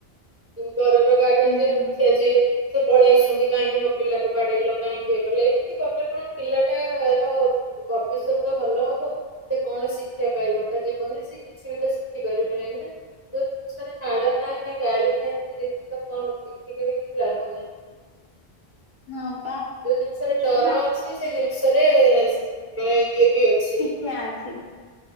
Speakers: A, on the right (about 25°); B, on the left (about 55°).
A: ଘରର
B: ହୁଁ।
A: <inaudible> ମୁଖିଆ ଯିଏ ସେ ପଳେଇ ଆସୁଛନ୍ତି କାହିଁକି ମୋ ପିଲାକୁ ବାଡେଇଲ କାହିଁକି ଏ କଲ ଏ <inaudible> କି କଥା କଣ ପିଲାଟାର ଭବିଷ୍ୟତ ଭଲ ହବ ସେ କଣ ଶି୍ଷା ପାଇବ ତା ଜୀବନରେ ସେ କିଛି ବି ସେ ଶିଖି ପାରିବନି ନା ଯୋଉ ଜିନିଷରେ ମାଡ଼ ନାହିଁ ଗାଳି ନାହିଁ ସେ ଜିନିଷ କଣ ଶି ଟିକେ ବି କିଛି ଲାଗୁନି,
B: ହଁ ବା
A: ଯୋଉ ଜିନିଷରେ ଡର
B: ବା
A: ଅଛି କି ସେ ଜିନିଷରେ ମେ ଇଏ ବି ଅଛି।
B: କ୍ଷା ଅଛି।